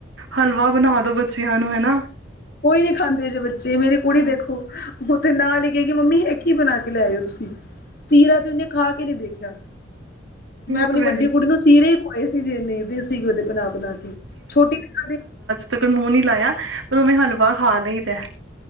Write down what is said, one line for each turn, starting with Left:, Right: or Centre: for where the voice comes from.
Right: ਹਲਵਾ ਬਣਾ ਦੋ ਬੱ ਚਿਆਂ ਨੂੰ ਹਨਾ।
Left: ਕੋਈ ਨੀਂ ਖਾਂਦੇ ਜੇ ਬੱਚੇ ਮੇਰੀ ਕੁੜੀ
Right: ਹਾਂ
Left: ਦੇਖੋ। ਓਹ ਤੇ ਨਾਲ ਹੀ ਕਏਗੀ ਮੰਮੀ ਐਹ ਕੀ ਬਣਾ ਕੇ ਲੈਆਏ ਓ ਤੁਸੀਂ, ਸੀਰਾ ਤੇ ਓਹਨੇ ਖਾ ਕੇ ਨੀ ਦੇਖਿਆ।
Right: ਨਹੀਂ
Left: ਮੈਂ
Right: ਉਹ
Left: ਅਪਣੀ
Right: ਤਾਂ
Left: ਵੱਡੀ
Right: ਵੀ
Left: ਕੁੜੀ ਨੂੰ ਸੀਰੇ ਈ ਖਵਾਏ ਸੀ ਜੀ ਏਨੇ ਦੇਸੀ ਘਿਓ ਦੇ ਬਣਾ-ਬਣਾ ਕੇ, ਛੋਟੀ ਨੀ ਖਾਦੀ।
Right: ਤਕਣ ਮੂੰਹ ਨੀ ਲਾਇਆ ਪਰ ਓਨੇ ਹਲਵਾ ਖਾ ਲਈਦੈ।